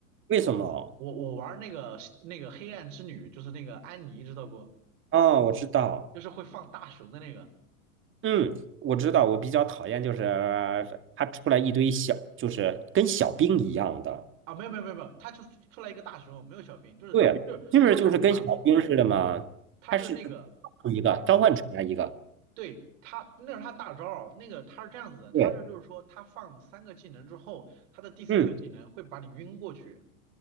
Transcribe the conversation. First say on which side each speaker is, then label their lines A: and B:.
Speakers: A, on the right; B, on the right.
A: 为什么？
B: 我我玩那个那个黑暗之女，就是那个安妮，知道不？
A: 哦，我知道，
B: 就是会放大熊的那个。
A: 嗯，我知道，我比较讨厌就是他出来一堆小，就是跟小兵一样的，
B: 啊，没有没有没有没有，他就出来一个大熊，没有小兵，就是就是他是什么啊
A: 对，就是就是跟小兵似的嘛，
B: 他是那个，
A: 他是一个召唤出来一个，
B: 他是对他那是他大招儿那个他是这样子的，他是就是说他放三个技能之后，
A: 对。
B: 他的第四个技能会把你晕过去，
A: 嗯。